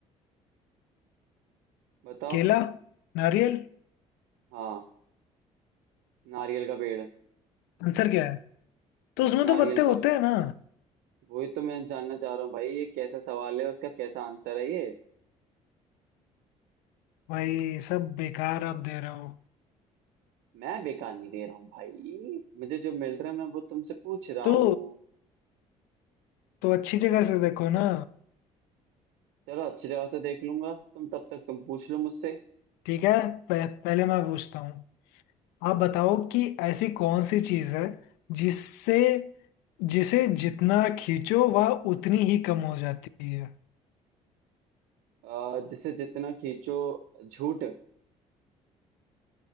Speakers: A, on the right; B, on the left.
A: बताओ
B: केला नारियल
A: हाँ नारियल का पेड़
B: आंसर क्या है तो उसमें
A: नारियल
B: तो पत्ते
A: का
B: होते
A: पेड़
B: हैं ना
A: वही तो मैं जानना चाह रहा हूँ भाई ये कैसा सवाल है उसका कैसा आंसर है ये
B: भाई सब बेकार आप दे रहे हो
A: मैं बेकार नहीं दे रहा हूँ भाई मुझे जो मिल रहा है मैं वो तुमसे पूछ रहा
B: तो
A: हूँ
B: तो अच्छी जगह से देखो ना
A: चलो अच्छी तरह से देख लूंगा तुम तब तक तुम पूछ लो मुझसे
B: ठीक है पह, पहले मैं
A: हाँ
B: पूछता हूँ आप बताओ कि ऐसी कौन सी चीज है जिससे जिसे जितना खींचो वह उतनी ही कम हो जाती है
A: आ, जिसे जितना खींचो झूठ